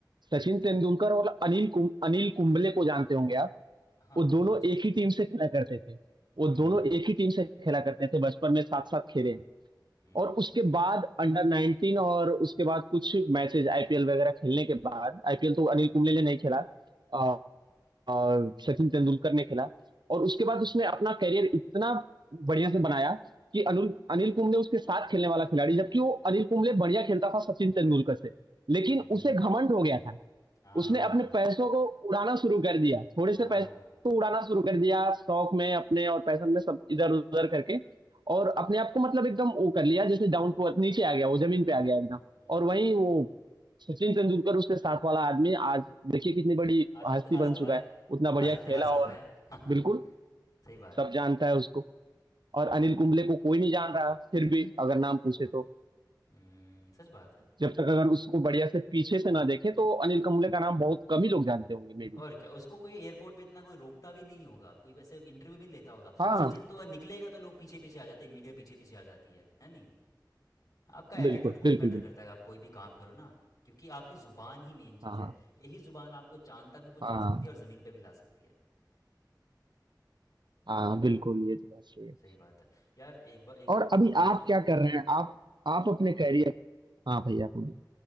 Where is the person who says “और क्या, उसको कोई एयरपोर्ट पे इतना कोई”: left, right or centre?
Left